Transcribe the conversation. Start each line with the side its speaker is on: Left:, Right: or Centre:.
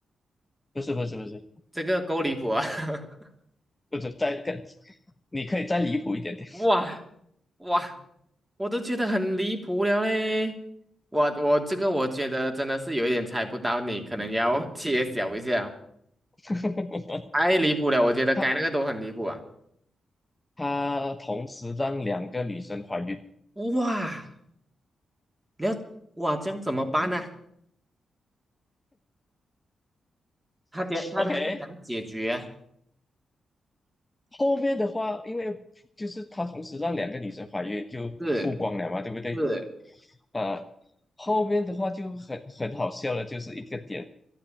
Left: 不是不是不是
Right: 这个够离谱啊，<laughs>
Left: 不是，再更，你可以再离谱一点点，
Right: 哇哇。我都觉得很离谱了嘞。我我这个我觉得真的是有一点猜不到你，可能要揭晓一下，
Left: <laughs>
Right: 太离谱了，我觉得该那个都很离谱啊。
Left: 他他同时让两个女生怀孕。
Right: 哇，了哇，这样怎么办呢、他解他他是想解决啊
Left: OK，后面的话，因为就是他同时让两个女生怀孕，就曝光了嘛，
Right: 是
Left: 对不对？
Right: 是，
Left: 啊、后面的话就很很好笑了，就是一个点，